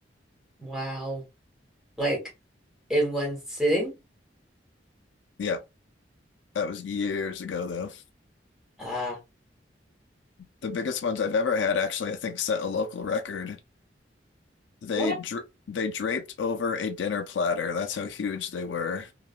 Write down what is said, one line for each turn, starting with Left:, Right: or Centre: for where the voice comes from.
Centre: Wow. Like in one sitting?
Left: Yeah, that was years ago though.
Centre: Ah.
Left: The biggest ones I've ever had actually, I think, set a local record. They
Centre: what?
Left: dr they draped over a dinner platter. That's how huge they were.